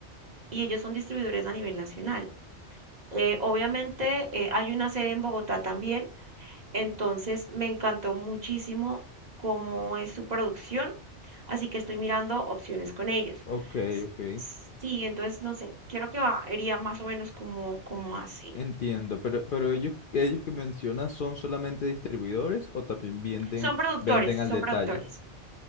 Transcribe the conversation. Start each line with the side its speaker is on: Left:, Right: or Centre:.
Right: y ellos son distribuidores a nivel nacional. Eh, obviamente eh, hay una sede en Bogotá también entonces me encantó muchísimo cómo es su producción, así que estoy mirando opciones con ellos.
Left: Ok,
Right: S-
Left: ok.
Right: Sí, entonces no sé, quiero que iría más o menos como, como así.
Left: Entiendo, pero, pero ellos, ellos que mencionas son solamente distribuidores o también venden,
Right: Son productores,
Left: venden al
Right: son
Left: detalle.
Right: productores.